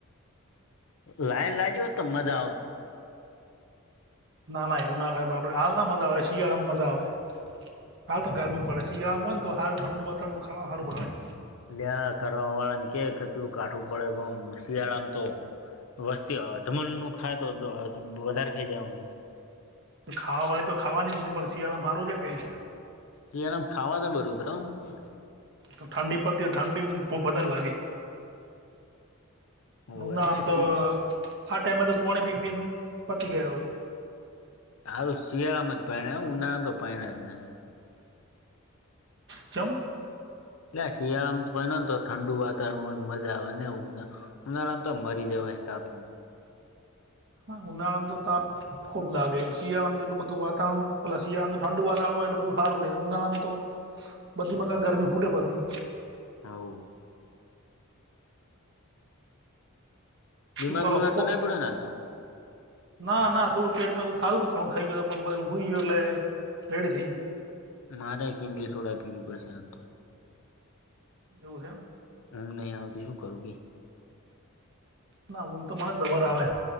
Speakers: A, on the left; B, on the right.
A: લાઈન લાગી હોત તો મજા આવત.
B: ના ના એવું ના કરાય બાપડે હાલના મજા આવે શિયાળામાં મજા આવે. હાલ તો ગરમી પડે શિયાળામાંય ને તો હારું ઠંડુ વાતાવરણમાં ખાવા સારું ભાવે.
A: લ્યા કરવા વાળા ને કે કચું કાઠું પડે ગમ શિયાળામ તો વસ્તી અધમણ નું ખાય તો વધારે ખાઈ જ હ
B: ખાવા વાળી તો ખાવાની જ પણ શિયાળા મા હારુ છે કે
A: શિયાળા મા ખાવા જબર ઉતર હો
B: તો ઠંડી પડતી ઠંડીમાં ભૂખ વધારે લાગે
A: તમારું
B: ઉનાળા આમ તો આ ટાઈમે તો પાણી પી પીને પતી ગયા હોય
A: હારુ શિયાળામાં જ પઇનાય હોય ઉનાળામાં તો પઈનાય જ નઈ
B: ચમ
A: એટલે શિયાળામાં તોને તો ઠંડુ વાતાવરણય મજા આવે ને એવુંને ઉનાળામ તો મરી જવાય તાપમો
B: હ ઉનાળામાં તો તાપ ખૂબ લાગે શિયાળામાં તો એટલ બધું વાતાવરણ પેલા શિયાળાનું ઠંડુ વાવરણ હોય એટલે બધું સારું રહે ઉનાળામાં તો બધી મકા ગરમી ફૂટે પછી
A: હવ બીમાર
B: શું કરો
A: બીમાર
B: છો કો
A: તો નહી પડે ને આ તો
B: ના ના થોડું પેટમાં એવું થાલું હતું ઘણું ખાઈ ગય પણ ભુઈ ગયો એટલે રેડી થઈ ગયું
A: મારે કીંડલી સોડા પીવી પડશે આજ તો
B: એવું છે એમ
A: ઊંઘ નહીં આવતી હું કરું કે
B: ના ઊંઘ તો મને જબર આવે